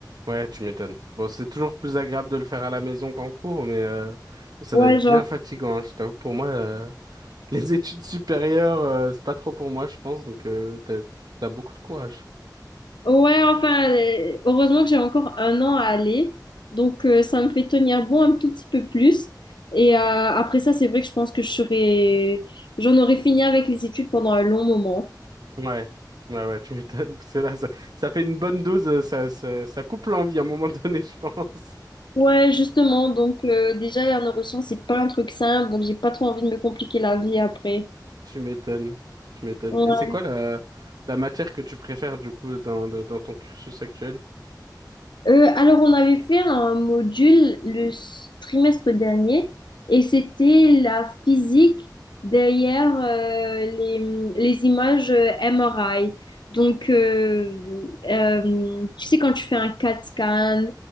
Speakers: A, on the right (about 65°); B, on the left (about 85°).
A: Ouais, tu m'étonnes. Bon, c'est toujours plus agréable de le faire à la maison qu'en cours, mais, euh, mais ça
B: Ouais,
A: doit être
B: genre.
A: bien fatigant, hein. Je t'avoue que pour moi. euh, Les études supérieures, euh, c'est pas trop pour moi, je pense, donc euh, t'as, t'as beaucoup de courage.
B: Ouais, enfin, euh, heureusement que j'ai encore un an à aller. Donc, euh, ça me fait tenir bon un tout petit peu plus. Et euh, après ça, c'est vrai que je pense que je serais... j'en aurais fini avec les études pendant un long moment.
A: Ouais, ouais, ouais, tu m'étonnes, parce que là, ça, ça fait une bonne dose, euh, ça, ça, ça coupe l'envie à un moment <laughs> donné, je pense.
B: Ouais, justement. Donc, euh, déjà, les neurosciences, c'est pas un truc simple. Donc, j'ai pas trop envie de me compliquer la vie après.
A: Tu m'étonnes, tu m'étonnes.
B: Ouais.
A: Et c'est quoi la, la matière que tu préfères, du coup, dans, dans, dans ton cursus actuel?
B: Euh, alors, on avait fait un module le s- trimestre dernier et c'était la physique derrière euh, les, les images euh, MRI. Donc, euh, euh, tu sais, quand tu fais un CAT scan